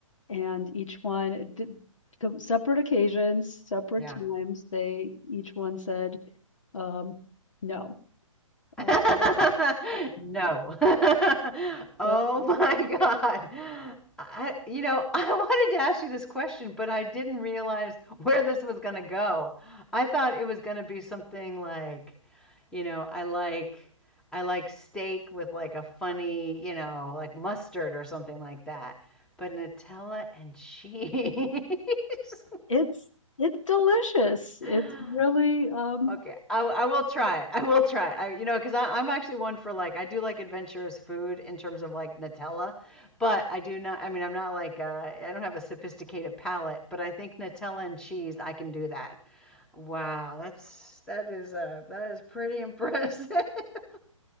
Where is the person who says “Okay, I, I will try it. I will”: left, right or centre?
Centre